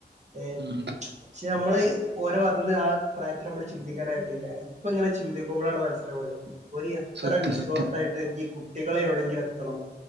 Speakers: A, on the right (about 40°); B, on the right (about 75°).
A: ഏ
B: ഉം.
A: പക്ഷെ നമ്മള് ഓരോ അതിന്ന് ആഹ് പ്രായത്തില് നമ്മള് ചിന്തിക്കാനായിട്ടില്ല ഇപ്പ ഇങ്ങനെ ചന്തിക്കുമ്പളാണ് മനസിലാവണത് ഒരു എത്തറ
B: സത്യം
A: നിസോടത്തായിട്ട്
B: സത്യം.
A: ഈ കു കുട്ടികളെ എവിടെങ്കിലെത്തണം